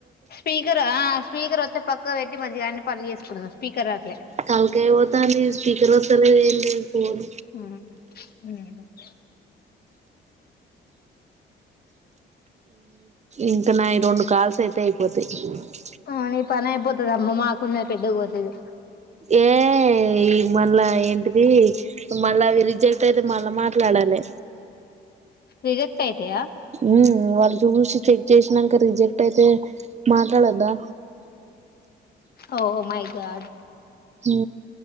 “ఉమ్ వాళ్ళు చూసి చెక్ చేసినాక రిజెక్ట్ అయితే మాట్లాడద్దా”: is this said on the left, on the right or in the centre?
Right